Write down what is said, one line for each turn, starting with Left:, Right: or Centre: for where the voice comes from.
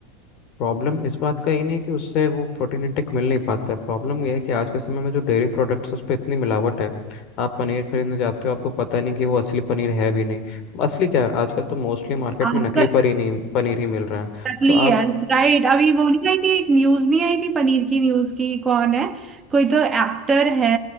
Left: प्रॉब्लम इस बात का ही नहीं है कि उससे वो प्रोटीन इंटेक मिल नहीं पाता है प्रॉब्लम ये है कि आज के समय में जो डेयरी प्रोडक्ट्स उस पर इतनी मिलावट है आप पनीर खरीदने जाते हो आपको पता नहीं कि वो असली पनीर है भी नहीं असली क्या है आजकल तो मोस्टली मार्केट
Right: आजकल
Left: में नकली पनीर नहीं पनीर ही मिल रहा है
Right: नकली
Left: तो आप
Right: यस राइट अभी वो नहीं आई थी एक न्यूज नहीं आई थी पनीर की न्यूज की कौन है कोई तो एक्टर है